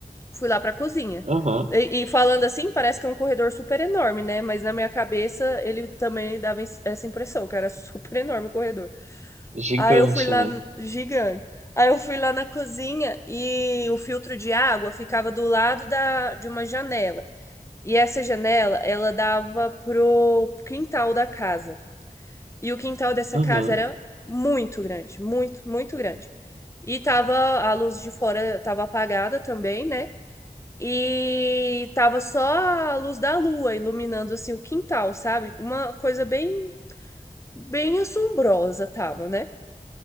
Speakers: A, on the left; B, on the right.
A: Fui lá pra cozinha.
B: Aham.
A: E, e falando assim, parece que é um corredor super enorme, né? Mas na minha cabeça ele também dava essa impressão, que era <laughs> super enorme o corredor.
B: Gigante,
A: Aí eu fui lá,
B: né?
A: n- gigante. Aí eu fui lá na cozinha e o filtro de água ficava do lado da, de uma janela. E essa janela, ela dava pro quintal da casa. E o quintal dessa
B: Uhum.
A: casa era muito grande, muito, muito grande. E tava a luz de fora tava apagada também, né? E tava só a luz da lua iluminando assim o quintal, sabe? Uma coisa bem bem assombrosa tava, né?